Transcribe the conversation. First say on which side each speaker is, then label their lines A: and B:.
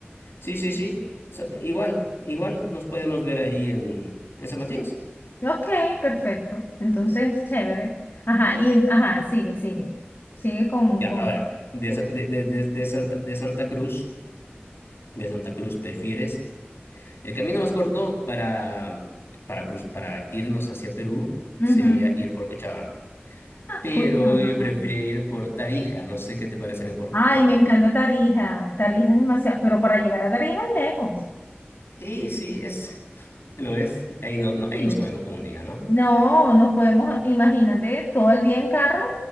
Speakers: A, on the left; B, on the left.
A: Sí, sí, sí. Sa- Igual, igual nos podemos ver ahí en, en San Matías.
B: Ok, perfecto. Entonces, chévere. Ajá, y en- ajá, sigue, sigue. Sigue con,
A: Ya,
B: con.
A: ahora, de, Sa- de, de, de, de Santa, de Santa Cruz, de Santa Cruz, ¿prefieres? El camino más corto para, para, cruz- para irnos hacia Perú
B: ujú.
A: sería ir por Cochabamba. Pero
B: Cuiabá.
A: yo preferiría ir por Tarija, no sé qué te parece mejor.
B: Ay,
A: O...
B: me encanta Tarija. Tarija es demasiado, pero para llegar a Tarija es lejos.
A: sí, sí, es, lo es. Ahí nos, no- ahí
B: Sí.
A: nos comemos con un día, ¿no?
B: No, nos podemos, imagínate, todo el día en carro.